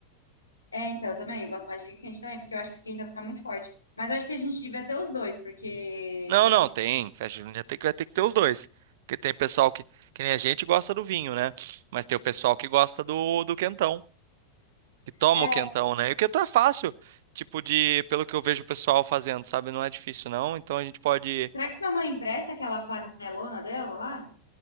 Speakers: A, on the left; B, on the right.
A: É, então, eu também, eu gosto mais de vinho quente também, porque eu acho que o quentão fica muito forte. Mas eu acho que a gente devia ter os dois, porque
B: Não,
A: tem,
B: não,
A: tipo,
B: tem. Festa junina tem que, vai ter que ter os dois. Porque tem pessoal que, que nem a gente gosta do vinho, né? Mas tem o pessoal que gosta do, do quentão, que toma
A: é.
B: o quentão, né? E o quentão é fácil, tipo de, pelo que eu vejo o pessoal fazendo, sabe? Não é difícil, não. Então a gente pode.
A: Será que sua mãe empresta aquela panelona dela lá?